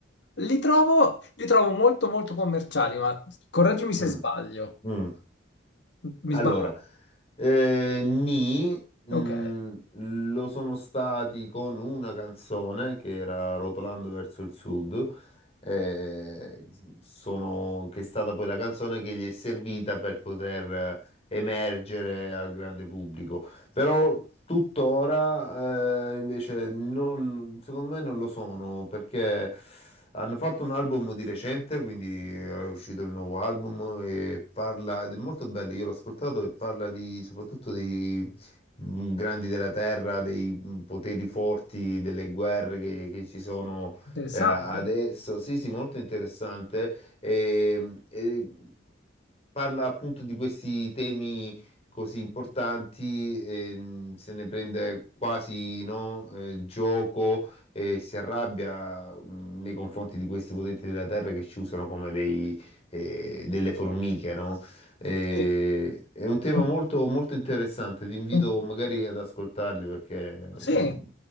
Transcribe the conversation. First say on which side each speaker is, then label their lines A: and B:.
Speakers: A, on the left (about 60°); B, on the left (about 30°).
A: Li trovo, li trovo molto molto commerciali, ma correggimi se
B: Mm,
A: sbaglio.
B: mm.
A: Mi
B: Allora,
A: sbaglio?
B: eh, Nì, mh,
A: Ok,
B: lo sono stati con una canzone che era Rotolando verso il sud, eh, sono- che è stata poi la canzone che gli è servita per poter eh, emergere al grande pubblico. Però tuttora eh, invece non- secondo me non lo sono perché hanno fatto un album di recente, quindi è uscito il nuovo album e parla, ed è molto bello, io l'ho ascoltato e parla di, soprattutto dei mm, grandi della terra, dei mm, poteri forti, delle guerre che, che ci sono
A: interessante.
B: eh, adesso. Sì, sì, molto interessante. E, e parla appunto di questi temi così importanti, ehm, se ne prende quasi no, eh, gioco e si arrabbia mh, nei confronti di questi potenti della terra che ci usano come dei, eh, delle formiche, no? Eh,
A: Sì.
B: è un tema
A: Un,
B: molto, molto interessante, ti invito
A: un
B: magari ad ascoltarli perché...
A: Sì,
B: mh,